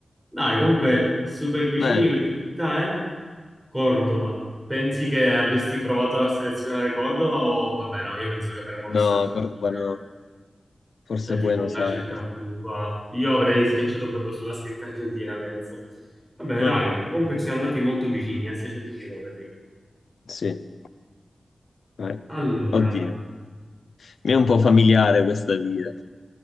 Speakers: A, in the centre; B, on the left.
A: Dai, comunque, super vicini
B: Bene.
A: questa città, eh? Cordova. Pensi che avresti provato a selezionare Cordova o vabbè no, io penso che avremmo
B: No,
A: messo Argentina,
B: Cordobano, forse
A: cioè tipo
B: Buenos
A: una
B: Aires.
A: città più qua. Io avrei schiacciato proprio sulla scritta Argentina, penso. Vabbè,
B: Ah,
A: dai, comunque ci siamo andati molto vicini, a 600 km.
B: sì, vai.
A: Allora,
B: Oddio, mi è un po' familiare questa via.